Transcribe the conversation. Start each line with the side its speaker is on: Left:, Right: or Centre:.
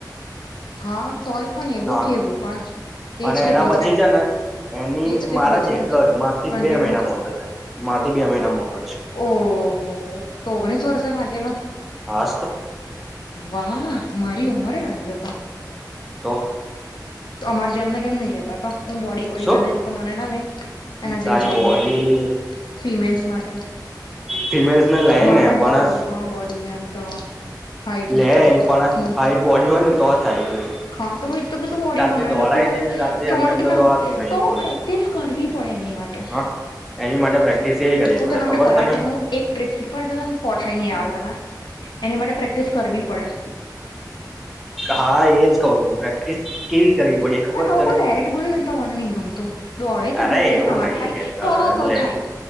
Left: હા, તોય પણ એવું
Centre: હા
Left: કેવું પણ એજ
Centre: અને
Left: કેટલી
Centre: એના પછી છે ને એની
Left: એજ કેટલી
Centre: મારા જ
Left: છે
Centre: જેટલો જ માર થી
Left: ટ્વેન્ટી
Centre: બે
Left: ટુ
Centre: મહિના મોટો, <inaudible> મારથી બી અ મહિના મોટો છે.
Left: ઓહોહો, તો ઓગણીસ વર્ષે લાગેલા?
Centre: હાસ તો.
Left: વાહ મારી ઉમરે લાગ્યો હતો.
Centre: તો.
Left: તો અમારે જેમને કેમ નઈ લેતા તો હું બોડી બોડી
Centre: શું
Left: બનાવી દ તો મને ના લઈ. એના જેવી
Centre: તારી
Left: જોબમાં
Centre: બોડી
Left: ફિમેલ. માટે
Centre: ફિમેલ્સ ને લઈ
Left: બનાવી
Centre: ને પણ
Left: દઉ હા બોડી એમ તો. હાઈટ ને
Centre: લે
Left: બધું
Centre: પણ
Left: હમ.
Centre: હાઈટ બોડી હોય ને તો થાય.
Left: હા તો મે. તો બધું વોડી
Centre: તારથી
Left: બનાવી
Centre: દોડાય
Left: લો તો મને
Centre: છે
Left: ટોન્ટ
Centre: તારથી એમને એમ તો
Left: ના
Centre: દોડાતું
Left: હોય
Centre: નહી
Left: તો
Centre: પણ
Left: પ્રેક્ટિસ કરવી પડે એની માટે
Centre: હા એની માટે પ્રેક્ટિસ એ કરવી
Left: હું
Centre: પડે
Left: તને હમણાં
Centre: ખબર
Left: કરાટેનું
Centre: તને
Left: એક ટ્રિક શીખવાડ દને ફોઠાય નહી આવડવાના એની માટે પ્રેક્ટિસ કરવી પડે.
Centre: હા એજ કઉ છું. પ્રેક્ટિસ કેવી કરવી પડે એ ખબર
Left: મને આવું
Centre: તને
Left: કોઈ ડાયરેક્ટ બોલી દે મને નહી ગમતું દોડાય તો
Centre: અરે
Left: નથી
Centre: એવું
Left: હ
Centre: નહી
Left: થાય.
Centre: કેતા
Left: કરો
Centre: એટલે
Left: તો થાય